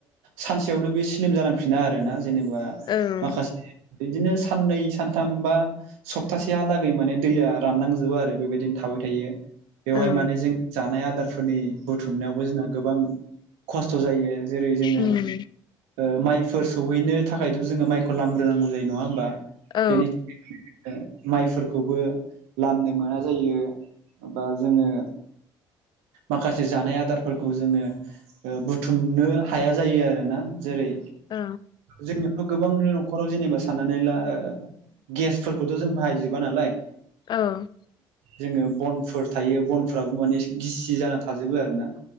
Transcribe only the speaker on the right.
सानसेयावनो बे स्लिम जालांफिना आरोना जेनेबा
माखासे बिदिनो साननै सानथाम बा सप्तासेहालागै माने दैया रानलांजोबो आरो बेबायदिनो थाबाय थायो बेवहाय
माने जों जानाय आदारफोरनि बुथुमनायावबो जोंना गोबां खस्थ' जायो जेरै जोङो
ओ माइफोर सौहैनो थाखायथ' जोङो माइखौ लांग्रोनांगौ जायो नङा होमबा
बेनि थाखाय माइफोरखौबो लामनो मोन मा जायो बा जोङो माखासे जानाय आदारफोरखौ जोङो ओ बुथुमनो हाया जायो आरोना जेरै
जोंनियावथ' गोबां न'खराव जेनेबा साननानै ला गेसफोरखौथ' जों बाहायजोबा नालाय
जोङो बनफोर थायो बनफोराबो माने गिसि जाना थाजोबो आरोना